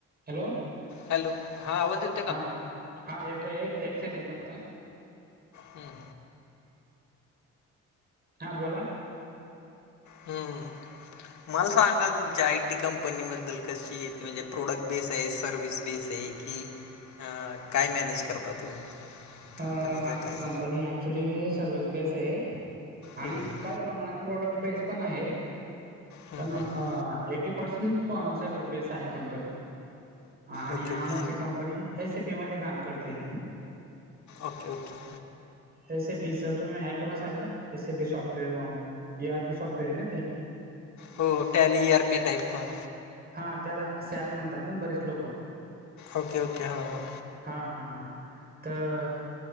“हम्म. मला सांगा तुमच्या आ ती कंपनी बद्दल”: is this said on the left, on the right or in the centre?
Left